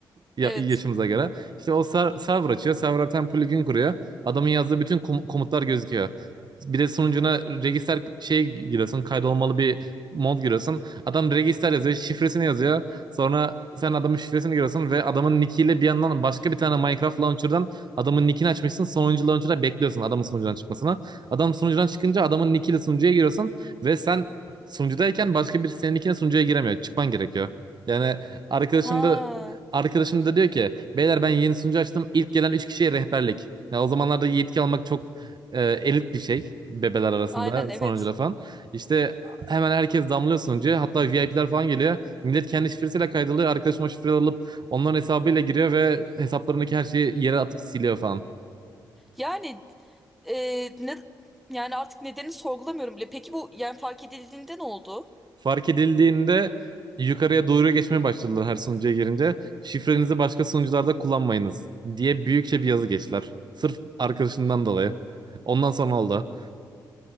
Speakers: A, on the right; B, in the centre.
A: ya-
B: evet.
A: yaşımıza göre. İşte o ser- server açıyor. Server'a bir plugin kuruyor. Adamın yazdığı bütün kom- komutlar gözüküyor. Bir de sunucuna register şey giriyorsun. Kaydolmalı bir mod giriyorsun. Adam register yazıyor. Şifresini yazıyor. Sonra sen adamın şifresini giriyorsun ve adamın nickiyle bir yandan başka bir tane Minecraft launcher'dan adamın nickini açmışsın. Sonuncu launcher'da bekliyorsun adamın sunucudan çıkmasını. Adam sunucudan çıkınca adamın nickiyle sunucuya giriyorsun ve sen sunucudayken başka birisi senin nickine sunucuya giremiyor. Çıkman gerekiyor. Yani arkadaşım
B: Ha
A: da Arkadaşım da diyor ki beyler ben yeni sunucu açtım. İlk gelen 3 kişiye rehberlik. Ya o zamanlarda yetki almak çok e, elit bir şey bebeler arasında
B: aynen evet.
A: sonuncuda falan. İşte hemen herkes damlıyor sunucuya. Hatta VIP'ler falan geliyor. Millet kendi şifresiyle kaydoluyor. Arkadaşım o şifreleri alıp onların hesabıyla giriyor ve hesaplarındaki her şeyi yere atıp siliyor falan.
B: Yani e, ne yani artık nedenini sorgulamıyorum bile. Peki bu yani fark edildiğinde ne oldu?
A: Fark edildiğinde yukarıya doğru geçmeye başladılar her sunucuya girince. Şifrenizi başka sunucularda kullanmayınız diye büyükçe bir yazı geçtiler. Sırf arkadaşından dolayı. Ondan sonra oldu.